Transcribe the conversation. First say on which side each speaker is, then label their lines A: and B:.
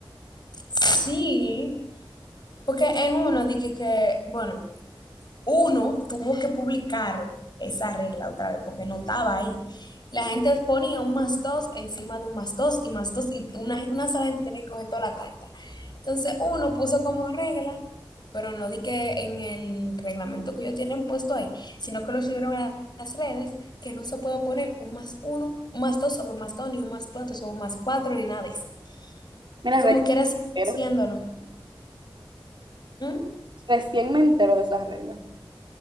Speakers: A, on the left (about 50°); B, on the right (about 60°).
A: Sí, Porque en uno dije que, bueno, uno tuvo que publicar esa regla otra vez porque no estaba ahí. La gente ponía un más dos encima de un más dos y más dos y una, una sola gente tiene que coger toda la carta. Entonces uno puso como regla, pero no di que en el reglamento que ellos tienen puesto ahí, sino que lo subieron a las redes que no se puede poner un más uno, un más dos sobre un más dos, ni un más cuatro sobre un más cuatro, ni nada de eso.
B: Mira,
A: Y como
B: recién
A: quiera sigue
B: me entero,
A: haciéndolo. ¿Mm?
B: recién me entero de esas reglas.